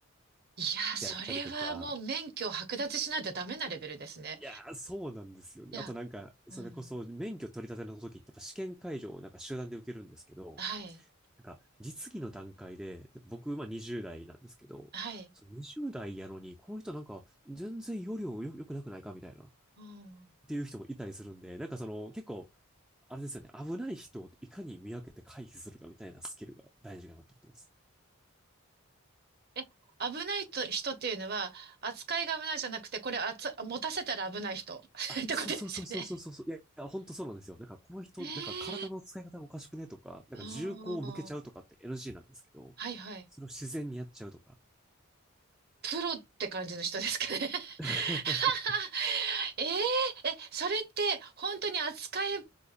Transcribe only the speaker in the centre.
やったりとか。いやー、そうなんですよね。
あとなんか、それこそ免許取り立ての時ってやっぱ試験会場をなんか集団で受けるんですけど、
なんか、実技の段階で、僕、まあ20代なんですけど、
その20代やのに、この人なんか、全然要領よ、良くなくないかみたいな、っ
ていう人もいたりするんで、なんかその、結構、あれですよね、危ない人をいかに見分けて回避するかみたいなスキルが大事かなと思ってます。
あ、
そうそうそうそうそうそうそう。いや、いや、本当そうなんですよ。なんかこの人、
なんか体の使い方がおかしくねとか、なんか銃口を向けちゃうとかって
NG なんですけど、
それを自然にやっちゃうとか。
<laughs>